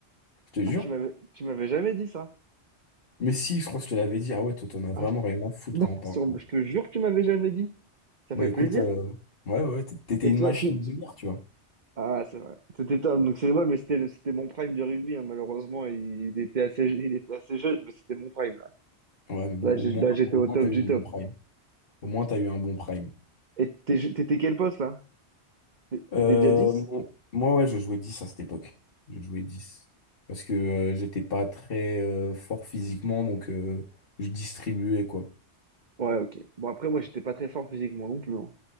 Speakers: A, on the left (about 55°); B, on the right (about 45°).
A: Je te jure.
B: Ah tu m'avais tu m'avais jamais dit ça.
A: Mais si, je crois que je te l'avais dit, ah ouais, toi, t'en as
B: Ah,
A: vraiment
B: je...
A: rien à foutre
B: Non,
A: quand
B: <laughs>
A: on parle.
B: sur-
A: Bon.
B: je te jure que tu m'avais jamais dit. Ça fait
A: Bah écoute,
B: plaisir.
A: euh, ouais, ouais, t'étais
B: Et
A: une
B: toi
A: machine
B: tu, tu-
A: de guerre, tu vois.
B: Ah, c'est vrai. C'était Tom, donc c'est vrai, mais c'était c'était mon prime du rugby, hein. Malheureusement, il, était assez, il était assez jeune, mais c'était mon prime, là.
A: Ouais, mais bon,
B: Là,
A: au
B: j'ai-
A: moins,
B: là, j'étais
A: au
B: au
A: moins
B: top
A: t'as eu
B: du
A: un
B: top.
A: bon prime. Au moins, t'as eu un bon prime.
B: Et t'es- t'étais quel poste, là? T'é-
A: Euh,
B: T'étais déjà 10?
A: mon- moi, ouais, je jouais 10 à cette époque. Je jouais dix Parce que euh, j'étais pas très euh, fort physiquement, donc euh, je distribuais, quoi.
B: Ouais, ok. Bon, après, moi, j'étais pas très fort physiquement non plus, hein.